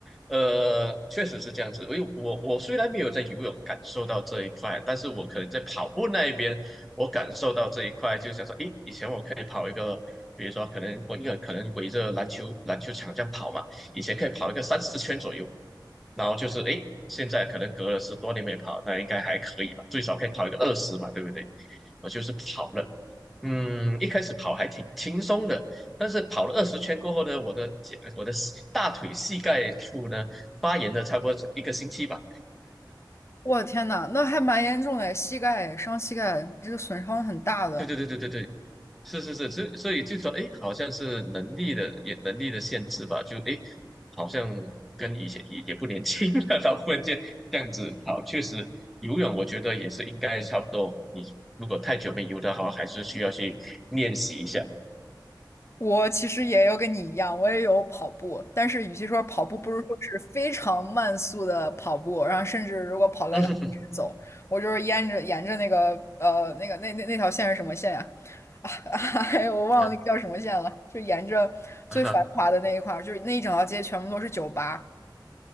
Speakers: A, in the centre; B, on the left.
A: 呃，确实是这样子。因为我我虽然没有在游泳感受到这一块，但是我可能在跑步那一边，我感受到这一块，就想说，诶，以前我可以跑一个，比如说可能我因为可能围着篮球篮球场这样跑嘛，以前可以跑一个三十圈左右，然后就是诶，现在可能隔了十多年没跑，那应该还可以吧，最少可以跑一个二十嘛，对不对？我就是跑了，嗯，一开始跑还挺轻松的。但是跑了二十圈过后呢，我的脚、我的膝大腿、膝盖处呢发炎了，差不多一个星期吧。
B: 我的天呐，那还蛮严重的，膝盖伤膝盖，这个损伤很大的。
A: 对对对对对对，是是是，所以所以就说，哎，好像是能力的也能力的限制吧，就哎，诶好像跟以前也也不年轻了，然后忽然间这样子好，确实游泳我觉得也是应该差不多，你如果太久没游的话，还是需要去练习一下。
B: 我其实也有跟你一样，我也有跑步，但是与其说跑步，不如说是非常慢速的跑步，然后甚至如果跑累了直接走。
A: <laughs> 嗯哼哼
B: 我就是沿着沿着那个呃那个那那那条线是什么线呀、<laughs> 啊？哎，我忘了那个叫什么线了，
A: 啊
B: 就沿着最繁华的那一块儿，
A: 啊哈
B: 就是那一整条街全部都是酒吧，